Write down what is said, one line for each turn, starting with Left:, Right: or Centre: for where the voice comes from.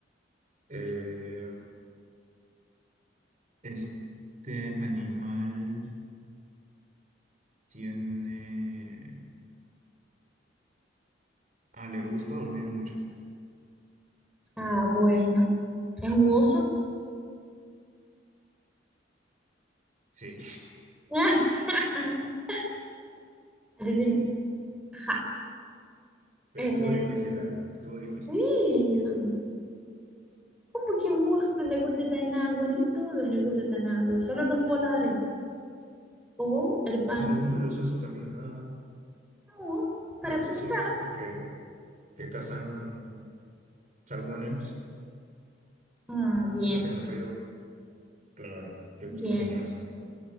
Right: Eh, este animal tiene... Ah, le gusta dormir mucho.
Centre: Ah, bueno. ¿Es un oso?
Right: Sí,
Centre: <laughs> Adiviné. Ajá.
Right: pero
Centre: Eh,
Right: estuvo difícil, ¿ah? Estuvo difícil.
Centre: sí, ¿cómo que a un oso le gusta estar en agua? Ni todos les gusta estar en agua, solo los polares. O el panda.
Right: No, los osos también, ah.
Centre: No, para
Right: Los
Centre: pescar.
Right: osos estos que, que cazan salmones,
Centre: Ah, bien,
Right: se meten al río. Claro, le
Centre: bien.
Right: gusta bañarse también.